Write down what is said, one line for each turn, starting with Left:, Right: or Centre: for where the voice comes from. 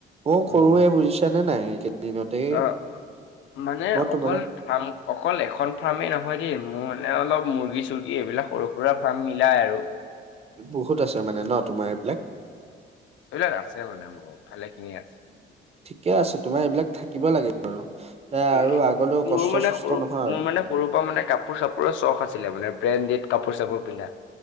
Right: মই
Left: উম,
Right: কৰোৱে
Left: উম,
Right: বুজিছা নে নাই? এইকেইদিনতে
Left: অ' মানে
Right: মই
Left: অকল
Right: তোমালোক
Left: ফ্ৰাম অকল এখন ফাৰ্মেই নহয় দেই, মোৰ মানে অলপ মুৰ্গী চৰ্গী এইবিলাক সৰু সুৰা ফাৰ্ম মিলাই আৰু।
Right: বহুত আছে মানে ন তোমাৰ এইবিলাক?
Left: এইবিলাক আছে মানে মোৰ, ভালে খিনিয় আছে।
Right: ঠিকে আছে, তোমাৰ এইবিলাক থাকিব লাগে আৰু, এ
Left: উম,
Right: আৰু আগলৈও
Left: মোৰ
Right: কষ্ট
Left: মানে
Right: চষ্ট
Left: সৰু
Right: নহয়
Left: মোৰ
Right: আৰু।
Left: মানে সৰুৰ পৰা মানে কাপোৰ চাপোৰৰ চখ আছিলে মানে, ব্ৰেণ্ডেড কাপোৰ চাপোৰ পিন্ধা।